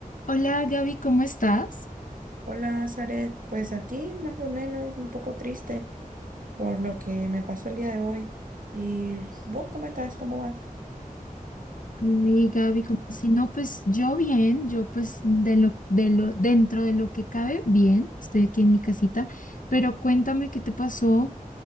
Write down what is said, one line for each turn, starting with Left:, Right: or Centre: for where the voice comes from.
Left: Hola Gaby, ¿cómo estás?
Right: Hola, Zaret. Pues aquí más o menos un poco triste por lo que me pasó el día de hoy. ¿Y vos cómo estás? ¿Cómo vas?
Left: Y Gaby, ¿cómo así? No, pues yo bien, yo pues de lo, de lo, dentro de lo que cabe, bien, estoy aquí en mi casita, pero cuéntame qué te pasó,